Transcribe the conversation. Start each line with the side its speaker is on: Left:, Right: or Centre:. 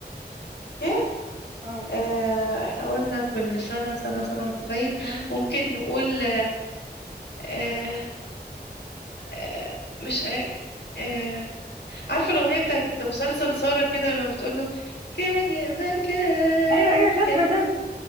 Left: كيف
Right: اه
Left: آه، احنا قلنا كل سنة سنة سنة وانت طيب
Right: آه.
Left: ممكن نقول آه، آه، مش آه، آه، عارفة الأغنية بتاعت مسلسل سارة كده لما بتقول له كان يا مكان
Right: أيوه أيوه شاطرة
Left: كان
Right: شاطرة